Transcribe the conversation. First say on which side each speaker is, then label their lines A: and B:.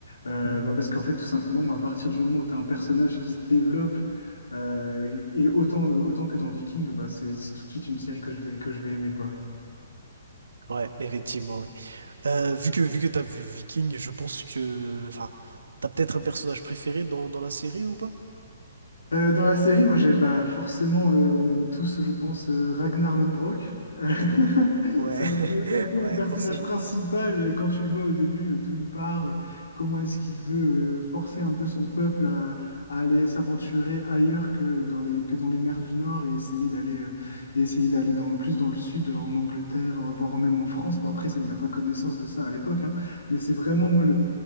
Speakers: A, on the left; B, on the right.
A: Euh,
B: Mhm.
A: bah, parce qu'en fait, tout simplement, moi, à partir du moment où tu as un personnage qui se développe euh, et autant, autant que dans Viking, bah, c'est c'est tout de suite une série que je vais, que je vais aimer, quoi.
B: Ouais, effectivement, oui. Euh, vu que, vu que t'as vu Viking, je pense que, enfin, t'as peut-être un personnage préféré dans, dans la série ou pas?
A: Euh, dans la série, moi, j'ai bah, forcément, euh, on aime tous, je pense, euh, Ragnar Lodbrok. Euh, <laughs>
B: Ouais,
A: c'est un peu, c'est
B: <laughs>
A: un peu
B: ouais,
A: le personnage
B: forcément.
A: principal euh, quand tu le vois au début, euh, d'où il part, euh, comment est-ce qu'il veut euh, forcer un peu son peuple à, à aller s'aventurer ailleurs que dans les, que dans les mers du Nord et essayer d'aller euh,
B: Mhm,
A: et essayer d'aller dans, plus dans le sud, en Angleterre, euh, voire même en France.
B: mhm,
A: Bon, après, ça, il n'a pas connaissance de ça à l'époque, hein. mais c'est vraiment
B: mhm,
A: moi